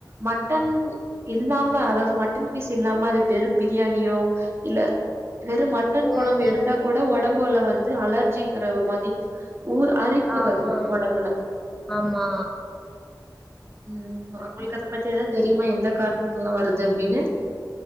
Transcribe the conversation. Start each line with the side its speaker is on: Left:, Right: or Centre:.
Right: மட்டன் இல்லாம அதாவுது மட்டன் பீஸ் இல்லாம அது வெறு பிரியாணியோ இல்ல வெறு மட்டன்
Centre: ம்
Right: கொழம்பு எடுத்தா கூட உடம்பு போல்லா அலர்ஜிங்ற ஒரு மாரி ஊர் அரிப்பு
Centre: ஆமா
Right: வருது ஒடம்புல
Centre: ஆமா
Right: உம் அவுங்ளுக்கு பத்திதா தெரியுமா எந்த காரணத்துல்லா வருது அப்டின்னு